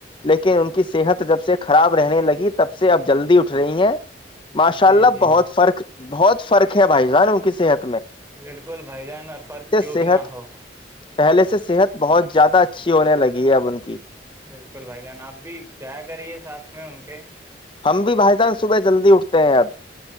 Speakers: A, on the left (about 30°); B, on the right (about 15°).
A: لیکن ان کی صحت جب سے خراب رہنے لگی تب سے اب جلدی اٹھ رہی ہیں ماشاء
B: جی
A: اللہ
B: جی
A: بہت فرق بہت فرق ہے بھائی جان ان کسیحت
B: بالکل بھائی جان ر فرق کیوں
A: صحت
B: بھی نہ ہو
A: پہلے سے صحت بہت زیادہ اچھی ہونے لگی ہے اب ان کی
B: بالکل بھائی جان آپ بھی جایا کریے ساتھ میں ان کے
A: ہم بھی بھائی جان صبح جلدی اٹھتے ہیں اب